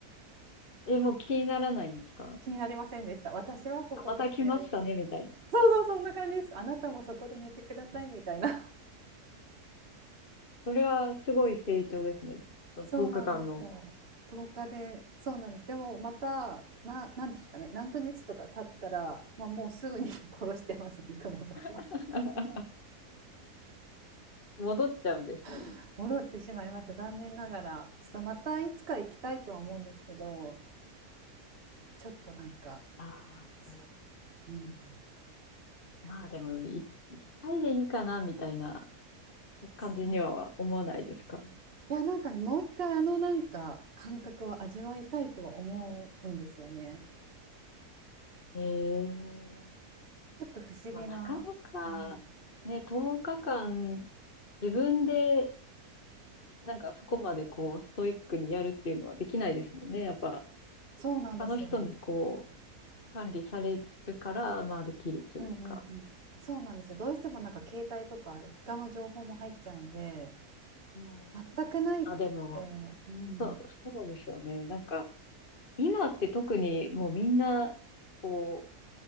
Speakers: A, on the left (about 40°); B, on the right (about 40°).
A: え、もう気にならないんですか
B: 気になりませんでした私はここで寝る
A: あ、また来ましたね、みたいな。
B: そうそうそんな感じですあなたもそこで寝てくださいみたいな
A: それはすごい成長ですね。
B: <laughs>
A: その10日間の。
B: そうなんですよ10日でそうなんですでもまたななんですかね何ヶ月とか経ったら、まあ、もうすぐに <laughs> 殺してますね雲とか
A: <laughs> 戻っちゃうんですね。
B: <laughs> 戻ってしまいました残念ながらちょっとまたいつか行きたいとは思うんですけどちょっとなんか
A: ああ、
B: そう、うん、い
A: まあでも、
B: や
A: 一回でいいかな、みたいな感じには思わないですか。
B: そういや、なんかねもう一回あのなんか感覚を味わいたいとは思うんですよね。
A: ええ、
B: ちょっと不思議な。
A: まあなかな
B: うん、
A: か、ね、10日間、自分で、なんかそこまでこう、ストイックにやるっていうのはできないですもんね。やっぱ、
B: そうなんですよ。
A: 他の人にこう、管理されるから、まあできるというか。
B: うんうんうん。そうなんですよ。どうしてもなんか携帯とか他の情報も入っちゃうんで、
A: うん。
B: 全くないって、
A: あ、でも、
B: うん、
A: そう、そうですよね。なんか、今って特にもうみんな、こ